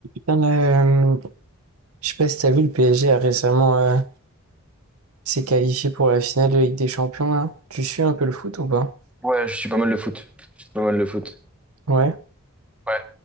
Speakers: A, on the right; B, in the centre.
A: Dans le- je sais pas si t'as vu, le PSG a récemment euh, s'est qualifié pour la finale de Ligue des Champions là. Tu suis un peu le foot ou pas?
B: Ouais, je suis pas mal le foot. Je suis pas mal le foot.
A: Ouais.
B: Ouais.